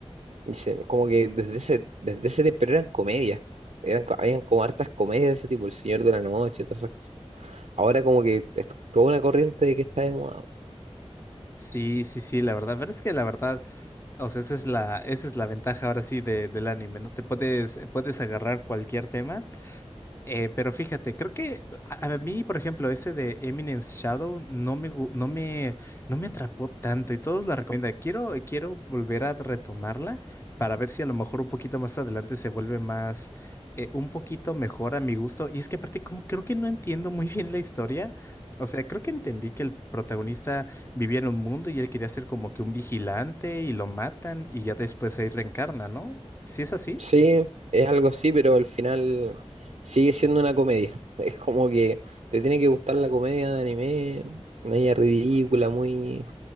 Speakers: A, on the right; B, on the left.
A: Y se- como que desde ese, desde ese tiempo pero eran comedias. Eran, co- habían como hartas comedias de ese tipo, El Señor de la Noche, todas esas cosas. Ahora como que es toda una corriente de que está de moda.
B: sí, sí, sí, la verdad, pero es que la verdad, o sea, esa es la, esa es la ventaja ahora sí de, del anime, ¿no? Te puedes, puedes agarrar cualquier tema Eh, pero fíjate, creo que a, a mí, por ejemplo, ese de Eminence Shadow no me, gu- no me, no me atrapó tanto y todos la recomiendan. Quiero, quiero volver a retomarla para ver si a lo mejor un poquito más adelante se vuelve más, eh, un poquito mejor a mi gusto. Y es que aparte, como creo que no entiendo muy bien la historia. O sea, creo que entendí que el protagonista vivía en un mundo y él quería ser como que un vigilante y lo matan y ya después ahí reencarna, ¿no? ¿Sí es así?
A: Sí, es algo así, pero al final sigue siendo una comedia. <laughs> Es como que te tiene que gustar la comedia de anime, media ridícula, muy